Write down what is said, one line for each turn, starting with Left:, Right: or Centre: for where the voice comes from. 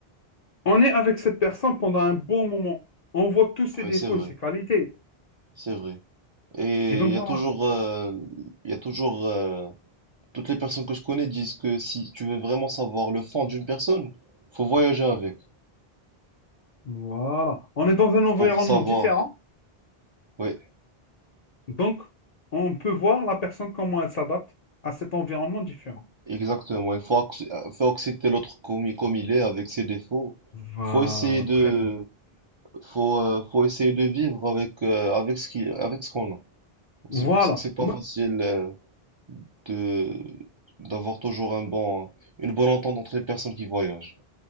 Left: On est avec cette personne pendant un bon moment. On voit tous ses
Right: Oui,
Left: défauts
Right: c'est vrai.
Left: et ses qualités.
Right: C'est vrai. Et
Left: Et donc
Right: il y
Left: voilà.
Right: a toujours, euh, il y a toujours, euh, toutes les personnes que je connais disent que si tu veux vraiment savoir le fond d'une personne, faut voyager avec
Left: Voilà. On est dans un environnement
Right: pour savoir.
Left: différent.
Right: Oui,
Left: Donc, on peut voir la personne comment elle s'adapte à cet environnement différent.
Right: exactement. Il faut, ac- euh, faut accepter l'autre comme, il- comme il est, avec ses défauts.
Left: Voilà,
Right: Faut essayer de,
Left: très bien.
Right: faut, euh, faut essayer de vivre avec, euh, avec ce qui, avec ce qu'on a. Donc,
Left: Voilà.
Right: C'est pour ça que c'est pas
Left: Moi,
Right: facile, euh, de, d'avoir toujours un bon, une bonne entente entre les personnes qui voyagent.